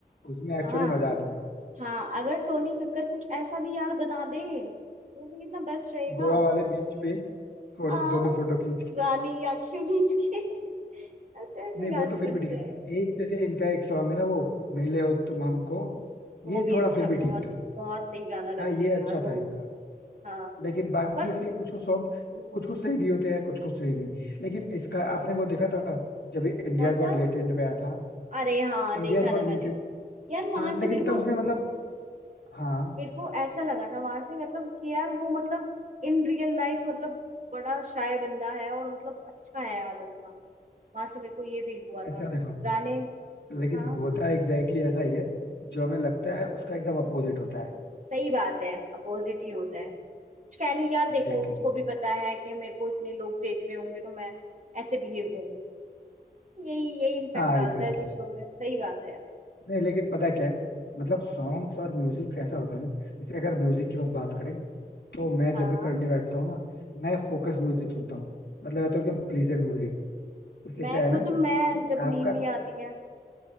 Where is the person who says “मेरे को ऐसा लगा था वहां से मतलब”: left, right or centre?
Right